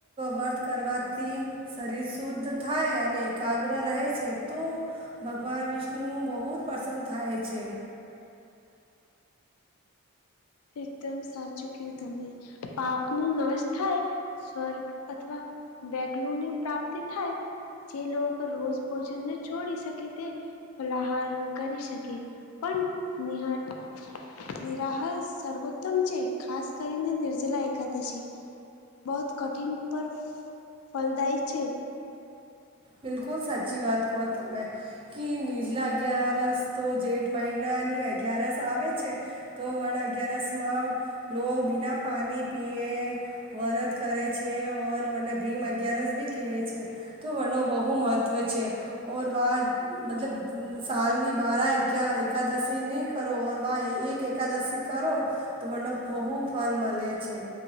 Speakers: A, on the right; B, on the left.
A: વર્ત કરવાથી શરીર શુદ્ધ થાય, અને એકાગ્ર રહે છે તું. ભગવાન વિષ્ણુ બહુ જ પ્રસન્ન થાય છે.
B: એકદમ સાચું કહ્યું, તમે પાપ નું નાશ થાય. સ્વર્ગ અથવા બેગલું ની પ્રાપ્તિ થાય. જે લોકો રોજ ભોજન ને છોડી શકે તે. ફલાહાર કરી શકે, પણ નિહ નિરાહ. સર્વોત્તમ છે, ખાસ કરીને નિર્જલા એકાદશી. બહુત કઠિન પર ફલદાયી છે.
A: બિલકુલ, સાચી વાત કહો તમે. કે નીજલા અગિયારસ તો, જેઠ મહિનાની અગિયારસ આવે છે. તો વણ અગિયારસ માં લો બિના પાણી પીએ. વરત કરે છે, ઓર મને ભીમ અગિયારસ ભી કહે છે, તો વનો. બહુ મહત્ત્વ છે, ઓર વાહ! મતલબ, સાલનીં બાર એકા એકાદશીનીં કરો, વાહ એક એકાદશી. કરો તો, મને બહુ ફળ મળે છે.